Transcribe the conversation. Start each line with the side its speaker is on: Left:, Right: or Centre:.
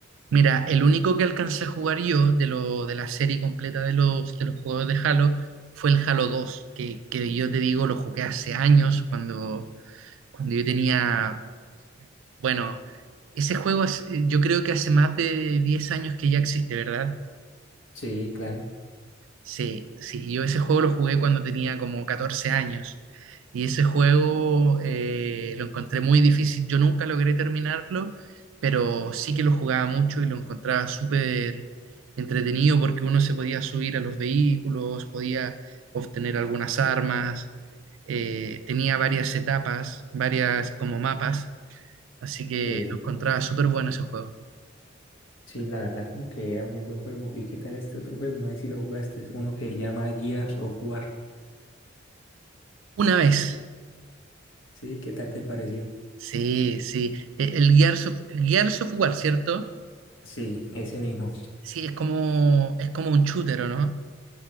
Right: Mira, el único que alcancé a jugar yo de, lo, de la serie completa de los, de los juegos de Halo fue el Halo dos que, que yo te digo lo jugué hace años cuando, cuando yo tenía, bueno, ese juego es- yo creo que hace más de 10 años que ya existe, ¿verdad?
Left: Sí, claro.
Right: Sí, sí, yo ese juego lo jugué cuando tenía como 14 años y ese juego eh, lo encontré muy difícil. Yo nunca logré terminarlo, pero sí que lo jugaba mucho y lo encontraba súper entretenido porque uno se podía subir a los vehículos, podía obtener algunas armas, eh, tenía varias etapas, varias como mapas, así que
Left: Sí.
Right: lo encontraba súper bueno ese juego.
Left: Sí, la verdad como que era muy buen juego. ¿Y qué tal este otro juego? No sé si lo jugaste, es uno que llama Gears of War.
Right: Una vez,
Left: Sí, ¿qué tal te pareció?
Right: sí, sí, e- el Gears of, Gears of War, ¿cierto?
Left: Sí, ese mismo.
Right: Sí, es como, es como un shooter, ¿o no?